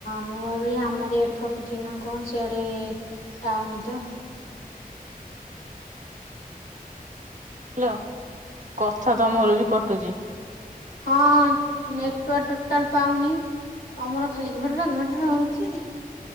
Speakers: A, on the left; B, on the right.
A: ମୁଁ ଭାବିଲି ଆମରି ଇଆଡେ କଟୁଚି ନା କଣ ସିଆଡେ ଟାଉନ୍ ତ।
B: ହାଲ କଥା ତମର ବି କଟୁଚି।
A: ହଁ ନେଟୱାର୍ ଟୋଟାଲ୍ ପାଉନି। ତମର ଖାଲି ଘଡ୍ର ଘଟର ହଉଛି।